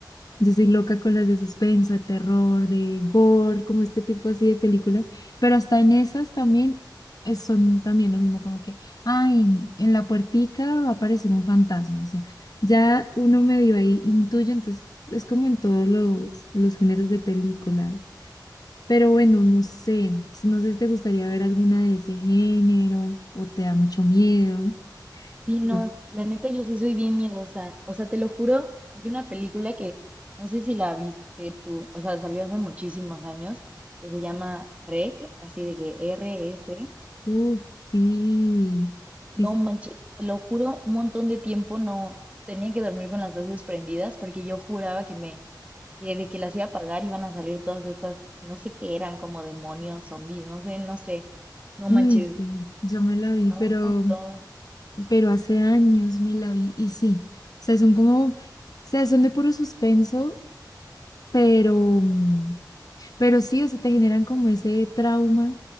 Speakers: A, on the left (about 55°); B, on the right (about 15°).
A: Yo soy loca con las de suspenso, de terror, de gore, como este tipo así de películas, pero hasta en esas también eh, son también lo mismo, como que, ay, en la puertica va a aparecer un fantasma, o sea ya uno medio ahí intuye, entonces es como en todos los, los géneros de películas. Pero bueno, no sé, si- no sé si te gustaría ver alguna de ese género o te da mucho miedo.
B: Sí, no,
A: No sé.
B: la neta yo sí soy bien miedosa. O sea, te lo juro, hay una película que no sé si la viste tú, o sea, salió hace muchísimos años, que se llama REC, así de que R-S.
A: Uf, sí,
B: No
A: sí, sí.
B: manches, te lo juro, un montón de tiempo no tenía que dormir con las luces prendidas porque yo juraba que me, que de que las iba a apagar iban a salir todas estas, no sé qué eran, como demonios, zombies, no sé, no sé. No
A: Ay,
B: manches,
A: sí, yo me la vi,
B: a
A: pero,
B: un montón.
A: pero hace años me la vi y sí, o sea, son como, o sea, son de puro suspenso, pero... mm, Pero sí, o sea, te generan como ese trauma.